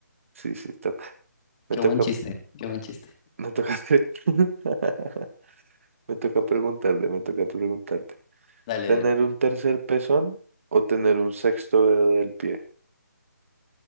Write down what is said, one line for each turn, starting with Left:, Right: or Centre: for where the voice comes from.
Right: Sí, sí, toca. Me
Left: Qué
Right: toca,
Left: buen chiste, qué buen chiste.
Right: me toca hacer- <laughs> Me toca preguntarte, me toca preguntarte.
Left: Dale,
Right: ¿Tener
Left: Edwin.
Right: un tercer pezón o tener un sexto dedo del pie?